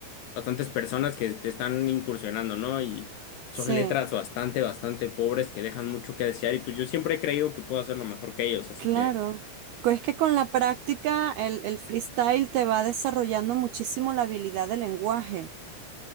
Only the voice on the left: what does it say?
bastantes personas que te están incursionando, ¿no? Y son
letras bastante, bastante pobres que dejan mucho que desear y pues yo siempre he creído que puedo hacerlo mejor que ellos, así
que